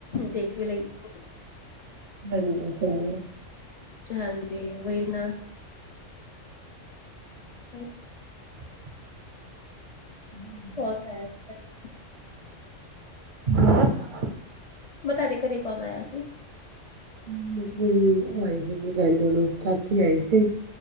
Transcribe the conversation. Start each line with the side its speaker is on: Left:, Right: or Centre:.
Left: ਦੇਖ ਵੀ ਲੱਇਦਾ
Right: ਹਾਂਜੀ ਹੂੰ
Left: ਹਾਂਜੀ, ਵਈ ਨਾ <inaudible>
Right: <inaudible>
Left: <inaudible>
Right: <inaudible>
Left: ਮੈਂ ਤਾਡੇ ਘਰੇ ਕੌਨ ਆਇਆ ਸੀ?
Right: <unintelligible> ਚਾਚੀ ਆਈ ਸੀ।